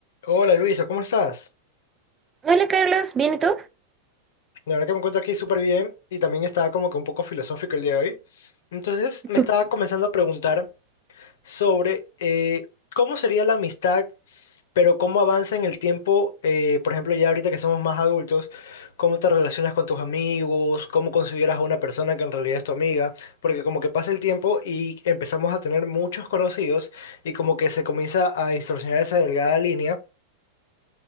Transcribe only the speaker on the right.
Hola Carlos, ¿bien y tú?
<laughs>